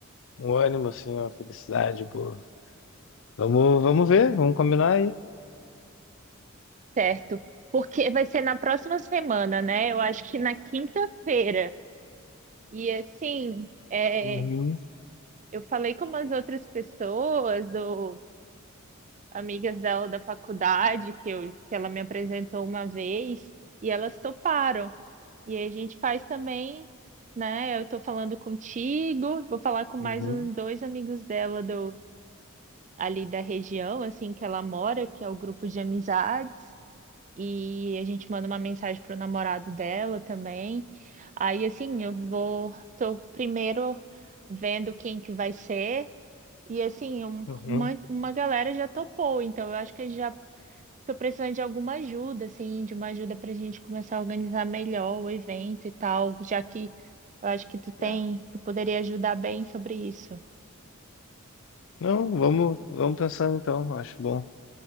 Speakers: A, on the left (about 65°); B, on the right (about 35°).
A: um ânimo, assim, uma felicidade boa. Vamos, vamos ver, vamos combinar aí.
B: Certo. Porque vai ser na próxima semana, né? Eu acho que na quinta-feira. E assim, é,
A: Uhum,
B: eu falei com umas outras pessoas, ou amigas dela da faculdade, que, eu, que ela me apresentou uma vez, e elas toparam. E aí a gente faz também, né? Eu tô falando contigo, vou falar com
A: uhum,
B: mais uns dois amigos dela do ali da região, assim, que ela mora, que é o grupo de amizades, e a gente manda uma mensagem pro namorado dela também. Aí assim, eu vou, tô primeiro vendo quem que vai ser. E assim, um-
A: uhum.
B: uma, uma galera já topou, então eu acho que já Tô precisando de alguma ajuda, assim, de uma ajuda pra gente começar a organizar melhor o evento e tal, já que eu acho que tu tem,
A: Tá.
B: tu poderia ajudar bem sobre isso.
A: Não, vamos, vamos pensando então, acho bom.